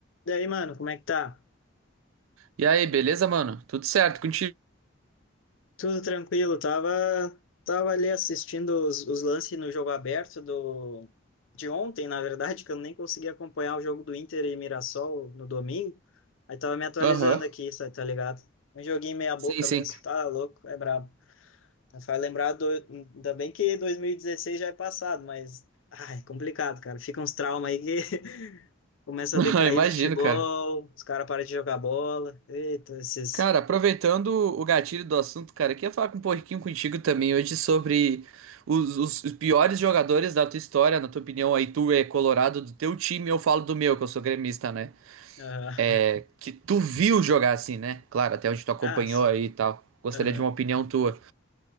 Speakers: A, on the left; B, on the right.
A: Daí, mano, como é que tá?
B: E aí, beleza, mano? Tudo certo contigo?
A: Tudo tranquilo, tava, tava ali assistindo os, os lances no jogo aberto do, de ontem, na verdade, que eu nem consegui acompanhar o jogo do Inter e Mirassol no domingo. Aí tava me atualizando
B: Aham.
A: aqui, sabe, tá ligado? Um joguinho meia boca
B: Sim, sim.
A: mesmo,
B: <laughs>
A: tá louco, é brabo. Tá Faz lembrar, do, ainda bem que 2016 já é passado, mas, ai, complicado, cara, fica uns traumas aí que <laughs> começa
B: Ah,
A: a decair
B: Imagino,
A: o futebol,
B: cara.
A: os caras param de jogar bola, eita, esses...
B: Cara, aproveitando o gatilho do assunto, cara, eu queria falar um pouquinho contigo também hoje sobre os, os- os piores jogadores da tua história, na tua opinião, aí tu é colorado do teu time, eu falo do meu, que eu sou gremista, né?
A: Aham.
B: É, que tu viu jogar assim, né? Claro, até onde tu acompanhou
A: Ah, sim.
B: aí e tal. Gostaria
A: Aham.
B: de uma opinião tua.